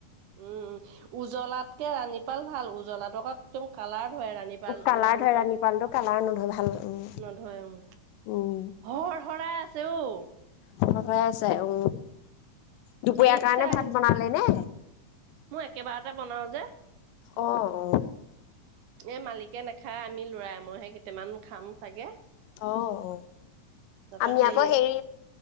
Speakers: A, on the right; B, on the left.
A: উম, উম। উজলাতকে ৰাণীপাল ভাল, উজলাত আকৌ একদম কালাৰ ধৰে ৰাণীপাল,
B: কালাৰ
A: ৰাণীপালৰ
B: ধৰে ৰাণীপালটো কালাৰ নধৰে ভাল উম
A: নধৰে উম,
B: উম
A: হৰ হৰাই ছোঁ।
B: সাই আছে আইও দুপৰীয়াৰ
A: ঠিকছে
B: কাৰণে ভাত
A: আহিছে।
B: বনালে নে
A: মোৰ একেবাৰতে বনাও যে
B: অ অ
A: এ মালিকে নাখায় আমি লৰাই মইহে কেইটামান খাম চাগে
B: অ অ
A: তাৰপা
B: আমি
A: সেই
B: আকৌ হেৰি